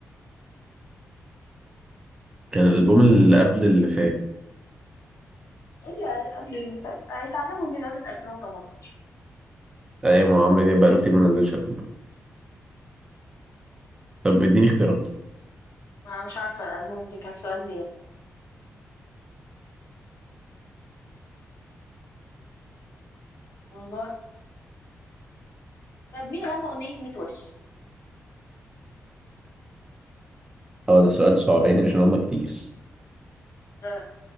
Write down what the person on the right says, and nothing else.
كان الالبوم اللي قبل اللي فات
ايوه ما هو عمرو دياب بقاله كتير ما نزلش ألبوم. طب اديني اختيارات
اه ده سؤال صعباني عشان هما كتير